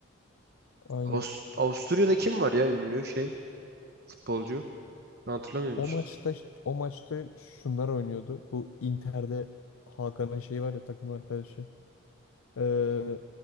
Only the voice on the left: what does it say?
Aynen.
O
maçta o maçta şunlar oynuyordu. Bu Inter'de Hakan'ın şeyi var ya takım arkadaşı. Ee,